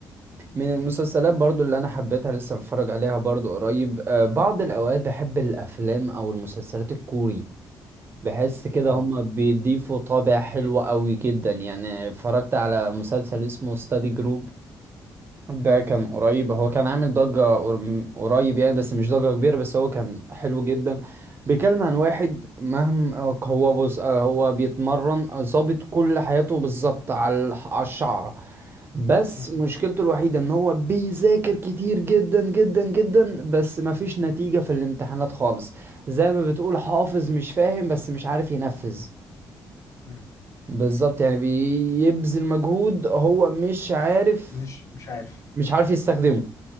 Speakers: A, on the right; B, on the left.
A: من المسلسلات برضو اللي أنا حبيتها لسه متفرج عليها برضو قريب آه، بعض الأوقات بحب الأفلام أو المسلسلات الكوري بحس كده
B: اهو
A: هما بيضيفوا طابع حلو قوي جدا يعني اتفرجت على مسلسل اسمه ستادي جروب ده كان قريب هو كان عامل ضجة قر- قريب يعني بس مش ضجة كبيرة بس هو كان حلو جدا بيتكلم عن واحد مهما هو بص آه، هو بيتمرن آه، ظابط كل حياته بالظبط على الح- على الشعرة بس
B: امم
A: مشكلته الوحيدة ان هو بيذاكر كتير جدا جدا جدا بس مفيش نتيجة في الامتحانات خالص زي ما بتقول حافظ مش فاهم بس مش عارف ينفذ
B: امم
A: بالظبط يعني بيبذل مجهود هو مش عارف
B: مش مش عارف
A: مش
B: امم
A: عارف يستخدمه